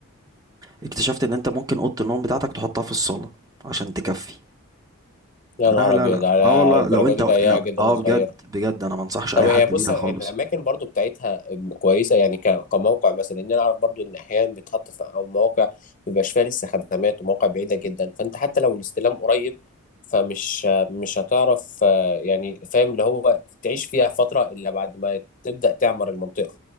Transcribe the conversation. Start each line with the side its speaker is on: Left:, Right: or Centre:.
Right: اكتشفت ان انت ممكن اوضة النوم بتاعتك تحطها في الصالة عشان تكفي
Left: يا نهار
Right: لا لا
Left: أبيض
Right: لا
Left: على
Right: اه والله
Left: الدرجة
Right: لو انت
Left: دي ضيقة
Right: لو
Left: جدا
Right: اه
Left: وصغيرة
Right: بجد بجد انا ما انصحش
Left: طب
Right: اي
Left: هي
Right: حد
Left: بص
Right: بيها
Left: الأماكن
Right: خالص
Left: برضو بتاعتها كويسة يعني ك- كموقع مثلا إن أنا أعرف برضو إن أحيانا بيتحط في أو مواقع مبيبقاش فيها لسه خدمات ومواقع بعيدة جدا فأنت حتى لو الاستلام قريب فمش مش هتعرف آه، يعني فاهم اللي هو تعيش فيها فترة إلا بعد ما تبدأ تعمر المنطقة